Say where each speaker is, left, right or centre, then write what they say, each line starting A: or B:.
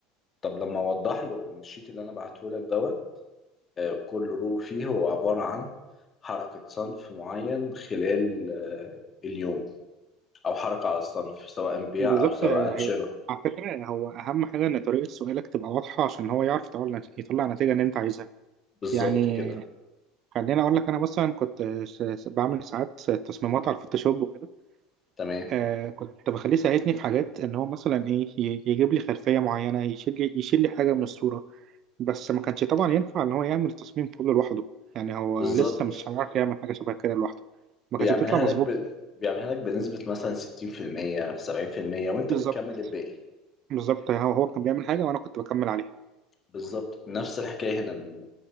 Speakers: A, on the left; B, on the right.
A: طب لما اوضح له ان الشيت اللي انا بعته لك دوت آه، كل رو فيه هو عباره عن حركه صنف معين خلال آه، اليوم او حركه على الصنف سواء بيع
B: بالظبط
A: او سواء
B: آه، هي
A: شراء
B: على فكره هو اهم حاجه ان طريقه سؤالك تبقى واضحه عشان هو يعرف يطلع يطلع النتيجه اللي انت عايزها
A: بالظبط
B: يعني
A: كده
B: خليني اقول لك انا مثلا كنت س- س- بعمل ساعات تصميمات على الفوتوشوب وكده
A: تمام
B: آه كنت بخليه يساعدني في حاجات ان هو مثلا ايه ي- يجيب لي خلفيه معينه يشيل لي يشيل لي حاجه من الصوره بس ما كانش طبعا ينفع ان هو يعمل التصميم كله لوحده يعني هو
A: بالظبط
B: لسه مش هيعرف يعمل حاجه شبه كده لوحده
A: بيعملها
B: ما كانتش بتطلع مظبوط
A: لك ب... بيعملها لك بنسبه مثلا 60% 70% وانت
B: بالظبط
A: بتكمل الباقي
B: بالظبط هو هو كان بيعمل حاجه وانا كنت بكمل عليها
A: بالظبط نفس الحكايه هنا ان